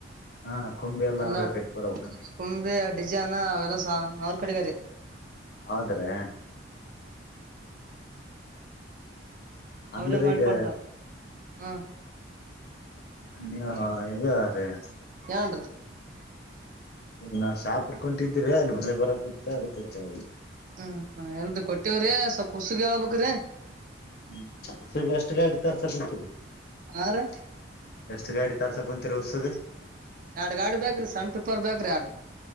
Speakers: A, on the left; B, on the right.
A: ಹಾ ಕುಂಬಿ ಎಲ್ಲಾ
B: ಎಲ್ಲ
A: ಅವ್ರೇ ಕಟ್ಟಿ ಕೊಡ್ಬೇಕ
B: ಕುಂಬೆ ಡಿಜೆನ ಅವೆಲ್ಲಸ ಅವ್ರ ಕಡೆಗಾರಿ.
A: ಹೌದ್ರಿ ಅಂದ್ರ
B: ಅವ್ರೇ ಮಾಡಿಕೊಡ್ತಾರ
A: ಈಗ
B: ಹಾ.
A: ನ್ಯ ಇದೆ ರಿ
B: ಎಂಡ್ರಿ.
A: ಈಗ ನಾ ಶಾಪರ್ಕೊಂಡಿದ್ರೆ ಅಲ್ಲಿ ಮಳೆ ಬರಕುತ್ತೆ ಅದಕ್ಕೆಳ್ರಿ
B: ಹ್ಮ್, ಹೇಳ್ತಿಕೊಟ್ಟವರಿ, ಸ್ವಲ್ಪ ಹುಸುಗ ಹಳ್ಬೇಕ್ರಿ? <unintelligible>
A: ಹ್ಮ, ಉಸುಗೇ, ಎಷ್ಟು, ಗಾಡಿ, ತರುಶುಬೇಕುವಂತೂದೀರಿ.
B: ಹಾ ರೀ
A: <inaudible> ಎಷ್ಟು, ಗಾಡಿ, ತರುಷುಬೇಕುಕುಂತೂರಿ, ಹೊಸಗ್. <inaudible>
B: ಎರಡ್, ಗಾಡಿ ಬೇಕ್ರಿ! ಸಂತಪರ್ಬೇಕ್ರಿ? ಎರಡು. <inaudible>